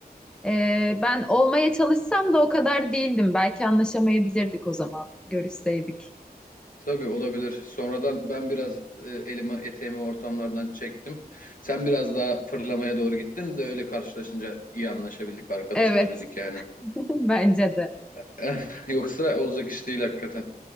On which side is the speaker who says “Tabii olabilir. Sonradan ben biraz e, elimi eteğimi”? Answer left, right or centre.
Left